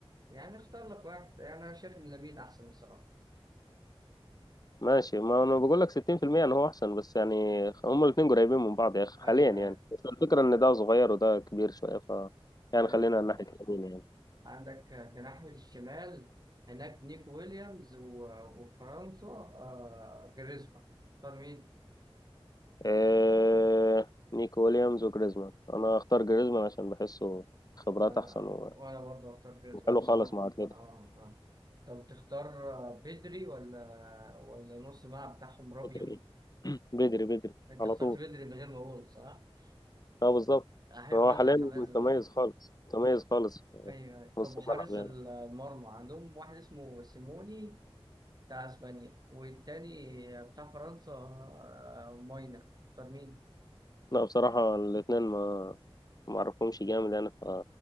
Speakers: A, on the right; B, on the left.
A: يعني اختار لك واحد يعني انا شايف ان لامين احسن بصراحه
B: ماشي ما انا بقول لك 60% ان هو احسن بس يعني هما الاثنين قريبين من بعض يا اخي حاليا
A: ايوه
B: يعني
A: ايوه
B: بس الفكره ان ده صغير وده كبير شويه ف يعني
A: ايوه
B: خلينا على ناحيه اليمين يعني
A: عندك آه، جناح الشمال هناك نيك ويليامز و- وفرنسا آه، جريزمان اختار مين
B: إيه... نيكو ويليامز وجريزمان انا اختار جريزمان عشان بحسه خبرات
A: وانا
B: احسن و-
A: وانا برضه هختار جريزمان
B: وحلو
A: الصراحه
B: خالص مع اتلتيكو
A: اه اه طب تختار آه، بدري ولا ولا نص الملعب بتاعهم رابيو
B: بدري بدري بدري
A: انت
B: على
A: اخترت
B: طول
A: بدري من غير ما اقول صح
B: اه بالظبط
A: احب
B: هو
A: انا
B: حاليا
A: الحماس
B: متميز
A: ده
B: خالص متميز خالص في
A: ايوه أيوة. طب
B: نص
A: وحارس
B: الملعب
A: المرمى
B: يعني
A: عندهم واحد اسمه سيموني بتاع اسبانيا والتاني بتاع فرنسا آه، ماينا اختار مين
B: لا بصراحه الاثنين ما اعرفهمش جامد يعني ف